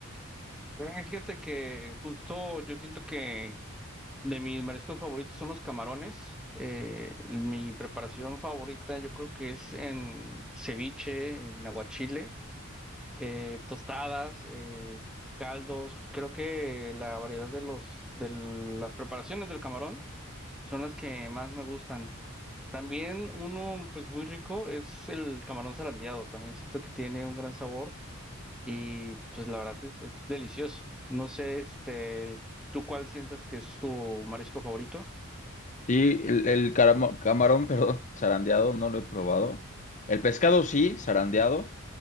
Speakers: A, in the centre; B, on the left.
A: Bien, fíjate que justo yo siento que de mis mariscos favoritos son los camarones. Eh, mi preparación favorita yo creo que es en ceviche, en aguachile, eh, tostadas, eh, caldos. Creo que la variedad de los, de las preparaciones del camarón son las que más me gustan. También uno pues muy rico es el camarón zarandeado. También siento que tiene un gran sabor. Y pues la verdad es, es delicioso. No sé, este, ¿tú cuál sientes que es tu marisco favorito?
B: Sí, el, el caramo- camarón, <laughs> perdón, zarandeado, no lo he probado. El pescado sí, zarandeado.